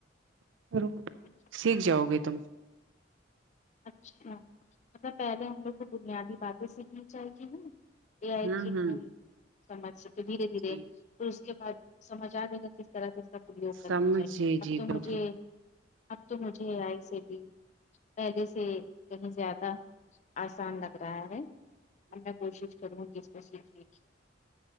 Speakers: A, on the right; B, on the left.
A: کرو
B: اچھا
A: سیکھ جاؤ گے تم
B: اچھا مطلب پہلے ہم لوگ کو بنیادی باتیں سیکھنی چاہی یہ اے ای
A: ہوں
B: کہ
A: ہوں
B: من سمج س کہ دھیرے دھیرے
A: جی
B: پھر اس کے بعد سمجھ آ دے گا کس طرح سے اس کا پرریوگ کرنا
A: سمجھے
B: چاہیے اب
A: جی
B: تو
A: بالکل
B: مجھے اب توہ مجھے یہ آئی سے بھی پہلے سے کہیں زیادہ آسان لگ رہا ہے اب میں کوشش کروں گی اس کو سیکھنے کی